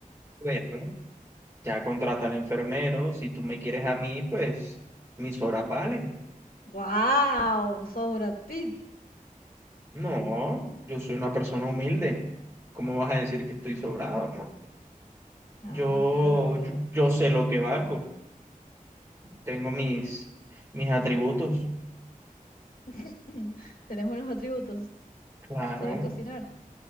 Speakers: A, on the right; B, on the left.
A: ver, Ya contratan enfermeros, si tú me quieres a mí, pues mis horas valen.
B: ¡Guau! Sos Brad Pitt.
A: No, yo soy una persona humilde. ¿Cómo vas a decir que estoy sobrado? No.
B: Ah,
A: Yo,
B: claro, claro.
A: yo, yo sé lo que valgo. Tengo mis, mis atributos.
B: <laughs> Tenés buenos atributos.
A: Claro,
B: ¿Sabes cocinar?